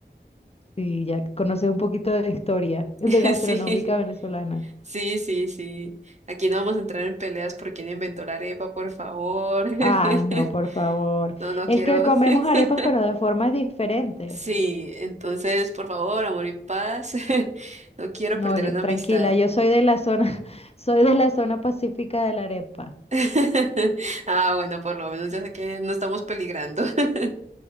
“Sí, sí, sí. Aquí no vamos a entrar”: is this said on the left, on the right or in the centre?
Right